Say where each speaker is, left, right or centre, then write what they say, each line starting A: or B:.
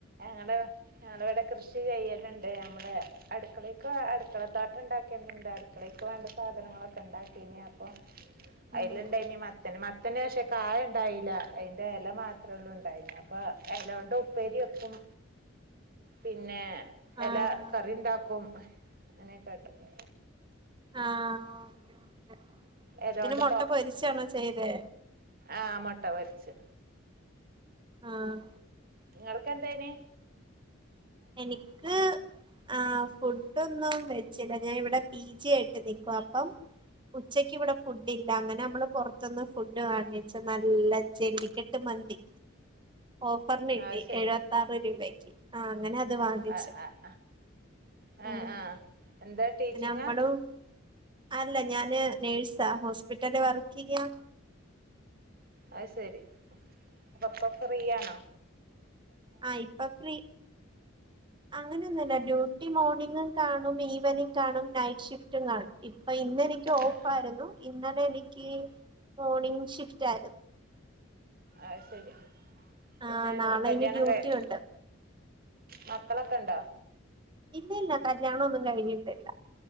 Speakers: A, on the right (about 45°); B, on the right (about 20°).
A: ഞങ്ങള് ഞങ്ങള് ഇവടെ കൃഷി ചെയ്യല്ണ്ട് അമ്മളെ അടുക്കളേക്ക് അടുക്കള തോട്ടം ഇണ്ടാക്കിയിട്ട്ണ്ട് അടുക്കളേക്ക് വേണ്ട സാധനങ്ങളൊക്കെ ഇണ്ടാക്കീനി അപ്പൊ
B: ഉം
A: അയില് ഇണ്ടായിനി മത്തൻ മത്ത മത്തന് പക്ഷെ കായ ഇണ്ടായില്ല അതിന്റെ എല മാത്രെ ഒള്ളു. ഇണ്ടായിനെ അപ്പൊ എലോണ്ട് ഉപ്പേരി വെ ക്കും പിന്നെ എല
B: ആഹ്
A: കറിണ്ടാക്കും അങ്ങനെയൊക്കെക്കാട്ടും
B: ആഹ് ഓക്കെ ഓക്കെ
A: ഇല
B: പിന്നെ
A: കൊണ്ട്
B: മൊട്ട പൊരിച്ചാണോ ചെയ്തേ?
A: ആഹ് മുട്ട പൊരിച്ച്
B: ആഹ്
A: ഇങ്ങള്ക്ക് എന്തേനി?
B: എനിക്ക് ആഹ് ഫുഡൊന്നും വെച്ചില ഞാൻ ഇവിടെ പി ജി ആയിട്ട് നിക്കുവ അപ്പം ഉച്ചക്ക് ഇവടെ ഫുഡില്ല അങ്ങനെ നമ്മള് പൊറത്ത്ന്ന് ഫുഡ് വാങ്ങിച്ച് നല്ല ജെല്ലിക്കെട്ട് മന്തി ഓഫറിന് കിട്ടി
A: ആ ശരി
B: എഴുപത്താറ് രൂപക്ക് ആഹ് അങ്ങനെ അത് വാങ്ങിച്ചു
A: ആഹ് ആഹ് ആഹ്
B: ഉം
A: ആഹ് എന്താ ടീച്ചിങ്ങാ
B: നമ്മളും അല്ല ഞാന് നേഴ്സാ ഹോസ്പിറ്റലി വർക്കെയ്യ
A: അഹ് ശരി അപ്പൊ ഇപ്പൊ ഫ്രീയാണോ?
B: ആഹ് ഇപ്പൊ ഫ്രീ അങ്ങനെയൊന്നും അല്ല ഡ്യൂട്ടി മോർണിംഗും കാണും ഈവനിംഗ് കാണും നൈറ്റ് ഷിഫ്റ്റും കാണും ഇപ്പൊ ഇന്നെനി ക്ക് ഓഫായിരുന്നു
A: ആഹ്
B: ഇന്നലെ എനിക്ക് മോർണിംഗ് ഷിഫ്റ്റായിരുന്നു
A: അഹ് ശരി പിന്നെ
B: ആ നാളെ
A: കല്യാണം
B: ഇനി ഡ്യൂട്ടി
A: കഴി
B: ഉണ്ട്
A: മക്കളൊക്കെണ്ടോ?
B: ഇല്ലയില്ല കല്ല്യാണം ഒന്നും കഴിഞ്ഞിട്ടില്ല